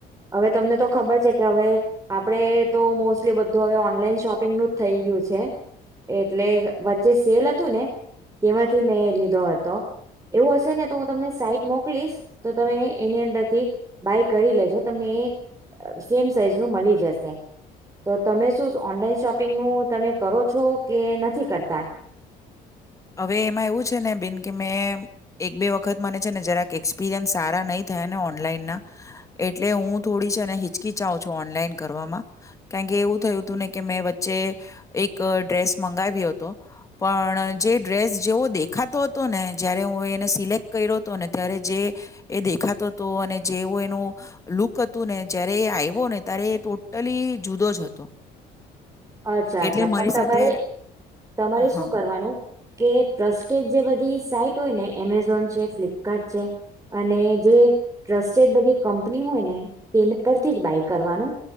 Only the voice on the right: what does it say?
હવે તમને તો ખબર છે કે હવે આપણેે તો મોસ્ટલી બધું હવે ઓનલાઈન શોપિંગનું જ થઈ ગયું છે, એટલે વચ્ચે સેલ હતું ને તેમાંથી મેં લીધો હતો એવું હશે ને તો, હું તમને સાઈટ મોકલીશ તો તમે એની અંદરથી બાય કરી લેજો તમને એ સેમ સાઈઝ ન મળી જશે તો તમે શું ઓનલાઈન શોપિંગનું તમે કરો છો કે, નથી કરતા
અચ્છા
અચ્છા
પણ તમારે
તમારે
શું, કરવાનું કે ટ્રસ્ટેડ જે બધી સાઈટ હોય ને, એમેઝોન છે, ફ્લિપકાર્ટ છે, અને જે ટ્રસ્ટેડ બધી કંપની હોય ને તે પરથી જ બાય કરવાનું